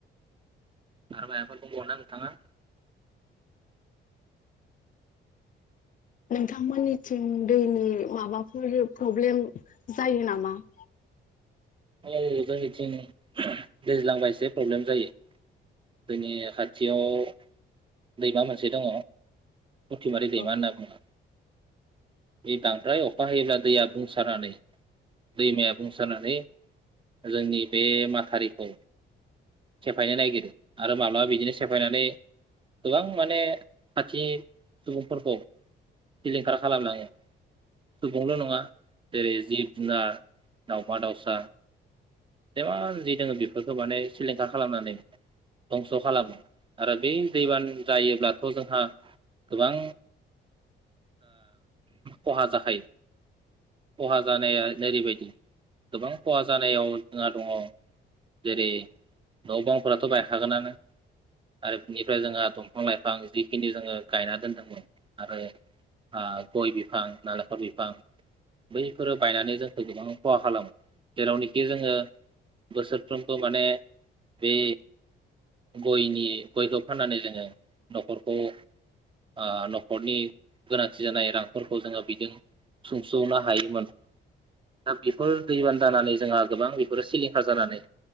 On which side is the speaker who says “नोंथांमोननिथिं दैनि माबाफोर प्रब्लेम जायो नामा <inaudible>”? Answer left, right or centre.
Left